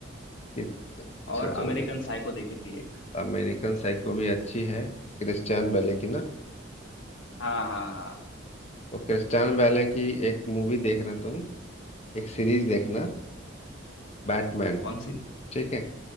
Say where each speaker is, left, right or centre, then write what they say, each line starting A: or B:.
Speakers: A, on the left (about 35°); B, on the left (about 70°).
A: ये- अच्छा
B: और
A: जो
B: अमेरिकन
A: नहीं तो
B: साइको देखी थी एक
A: अमेरिकन साइको भी अच्छी है क्रिस्टियन बेले की ना
B: हाँ हाँ हाँ
A: तो क्रिस्टियन बेले की एक मूवी देखना तुम एक सीरीज देखना बैटमैन
B: कौन सी
A: ठीक है